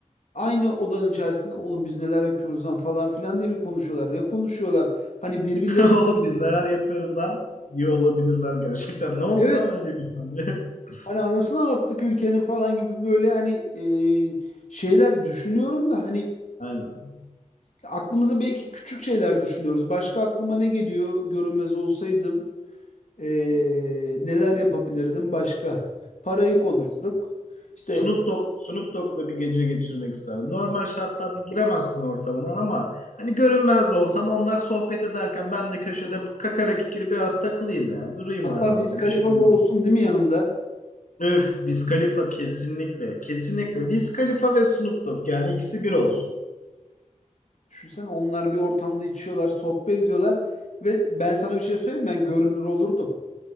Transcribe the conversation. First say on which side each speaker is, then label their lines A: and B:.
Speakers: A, on the left; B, on the left.
A: aynı odanın içerisinde oğlum biz neler yapıyoruz lan falan filan diye mi konuşuyorlar? Ne konuşuyorlar? Hani birbirleri
B: <laughs> Oğlum biz neler yapıyoruz lan diyor olabilirler gerçekten. Ne oldu
A: evet
B: lan öyle bir tane? <laughs>
A: hani anasını anlattık ülkenin falan gibi böyle hani e, şeyler düşünüyorum da hani
B: Aynen.
A: aklımıza belki küçük şeyler düşünüyoruz. Başka aklıma ne geliyor? Görünmez olsaydım e, neler yapabilirdim başka? Parayı konuştuk. İşte
B: Snoop Dogg, Snoop Dogg'la bir gece geçirmek isterdim. Normal şartlarda giremezsin ortamından ama hani görünmez de olsam onlar sohbet ederken ben de köşede kakara kikiri biraz takılayım ya. Durayım
A: Hatta
B: yani orada
A: Wiz Khalifa
B: bir şey olmaz.
A: bu olsun değil mi yanında?
B: Öf, Wiz Khalifa kesinlikle. Kesinlikle. Wiz Khalifa ve Snoop Dogg yani ikisi bir olsun.
A: Düşünsene onlar bir ortamda içiyorlar, sohbet ediyorlar. Ve ben sana bir şey söyleyeyim mi? ben görünür olurdum.